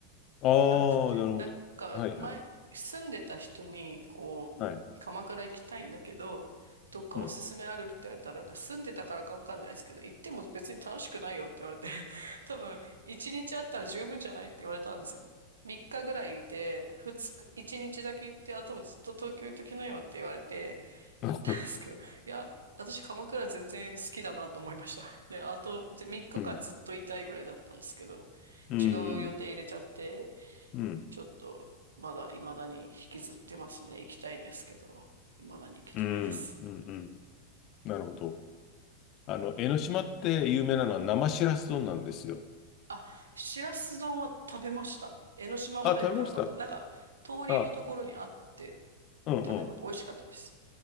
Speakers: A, on the left; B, on the right.
A: ああ
B: なくて。
A: ー、なるほど。
B: なんか、
A: はい、
B: 前、
A: はい。
B: 住んでた人に、こう、
A: はい。
B: 鎌倉行きたいんだけど、どっかおすすめあるって言われたら、
A: うん。
B: なんか住んでたからかわかんないですけど、行っても別に楽しくないよって言われて、<laughs> 多分、一日あったら十分じゃないって言われたんですよ。3日ぐらいいて、2日、1日だけ行って、あともずっと東京行っときなよって言われて、
A: <laughs>
B: 行ったんですけど、いや、私鎌倉全然好きだなと思いました。で、あと3日間ずっといたいぐらいだったんですけど、
A: うん。うん。
B: 違う予定入れちゃって、
A: うん。うん。
B: ちょっとまだ未だに引きずってますね。行きたいんですけど、未だに行けてないです。
A: うん。うんうんなるほど。あの、江ノ島って有名なのは生しらす丼なんですよ。
B: あ、しらす丼は食べました。江ノ島までは行かなかった。
A: あ、食べました。
B: なんか、通りのところにあって
A: あ、うん
B: 食べま、美味しかったです。